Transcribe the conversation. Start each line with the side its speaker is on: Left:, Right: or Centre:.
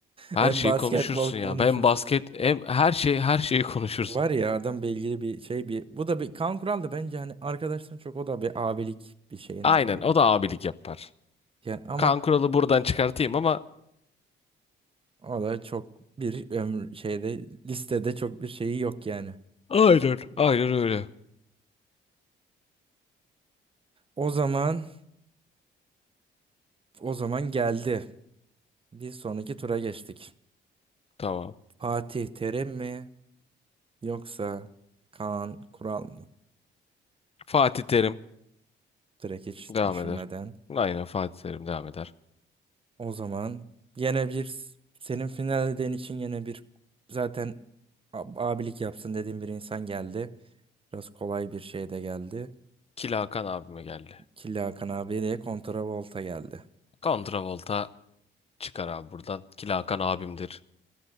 Left: Her
Right: Hem
Left: şeyi
Right: basketbol
Left: konuşursun
Right: konuşursun.
Left: ya. Hem basket hem her şey her şeyi konuşursun.
Right: Var ya adam bilgili bir şey bir. Bu da bir Kaan Kural da bence hani arkadaşların çok o da bir abilik bir şeyinde
Left: Aynen
Right: yani.
Left: o da abilik yapar.
Right: Yani ama
Left: Kaan Kural'ı buradan çıkartayım ama
Right: O da çok bir ömür şeyde listede çok bir şeyi yok yani.
Left: Aynen. Aynen öyle.
Right: O zaman o zaman geldi. Bir sonraki tura geçtik.
Left: Tamam.
Right: Fatih Terim mi yoksa Kaan Kural mı?
Left: Fatih Terim
Right: Direkt hiç
Left: devam
Right: düşünmeden.
Left: eder. Aynen Fatih Terim devam eder.
Right: O zaman yine bir senin final dediğin için yine bir zaten ab- abilik yapsın dediğim bir insan geldi. Biraz kolay bir şey de geldi.
Left: Kila Hakan abime geldi.
Right: Killa Hakan abi de kontravolta geldi.
Left: Kontravolta çıkar abi buradan. Kila Hakan abimdir.